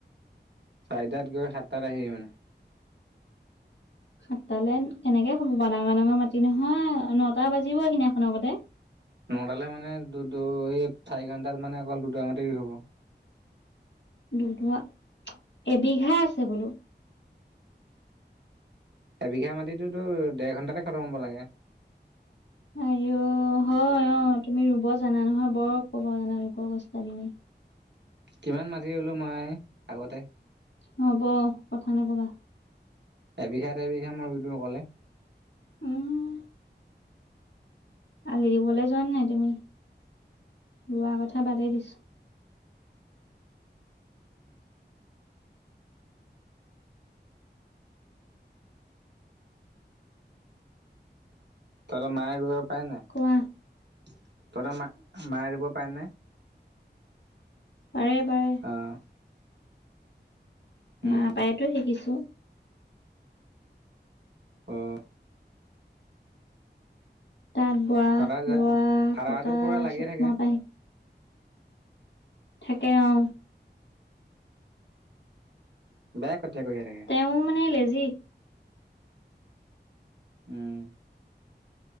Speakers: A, on the right; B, on the left.
A: চাৰিটাত গৈ, সাতটাত আহিবি মানে?
B: সাতটালৈ, তেনেকে হ'ব বাৰু ডাঙৰ-ডাঙৰ মাটি নহয়! নটা বাজিব, সেইদিনাখন গতে।
A: নটালে মানে, দু দুই, চাৰি ঘণ্টাত মানে, অকল দুটা মাটি ৰোই হ'ব।
B: দুদুবা, এবিঘা আছে বোলো!
A: এবিঘা মাটিতটোতো, ডেৰ ঘণ্টাতে খটম হ'ব লাগে?
B: আই অ'! হয়, অ'! তুমি ৰোব জানা নহয়? বৰ ক'ব জানা লোকক উষ্টাডি মাৰি।
A: কিমান মাটি ৰোলো মই, আগতে।
B: হ'ব, কথা নক'বা।
A: এবিঘা, এবিঘা মই ৰোই দিওঁ অকলে।
B: উম! আলি দিবলৈ যোৱা নাই তুমি? ৰোৱা কথা বাদেই দিছোঁ।
A: তহঁত মায়ে ৰোব পাৰে নোৱাৰে?
B: কোৱা
A: তহঁতে মা, মায়ে ৰোব পাৰে নোৱাৰে?
B: পাৰে, পাৰে।
A: অ' উম
B: মা পায়তো শিকিছোঁ।
A: অ'!
B: তাঁত-বোৱা,
A: ফাদাৰ যা
B: ৰোৱা-
A: ফাদাৰটো
B: কটা,
A: পুৰা লাগিয়ে
B: চব
A: থাকে।
B: মাৰ পৰাই শিক থাকে, অ'!
A: বেয়া! কঠিয়া কঢ়িয়াই থাকে।
B: তেওঁ মানে, লেজি।
A: উম!